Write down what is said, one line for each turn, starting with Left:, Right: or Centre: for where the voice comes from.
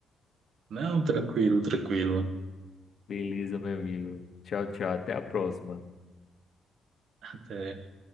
Right: Não, tranquilo, tranquilo.
Left: Beleza, meu amigo. Tchau, tchau. Até a próxima.
Right: Até.